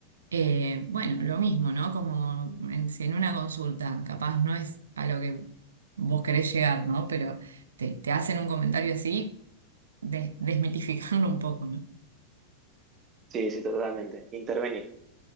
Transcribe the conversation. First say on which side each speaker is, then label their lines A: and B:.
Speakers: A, on the right (about 70°); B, on the right (about 30°).
A: Eh, bueno, lo mismo, ¿no? Como en, si en una consulta, capaz no es a lo que vos querés llegar, ¿no? Pero te, te hacen un comentario así, de- desmitificarlo un poco, ¿no?
B: Sí, sí, totalmente. Intervenir.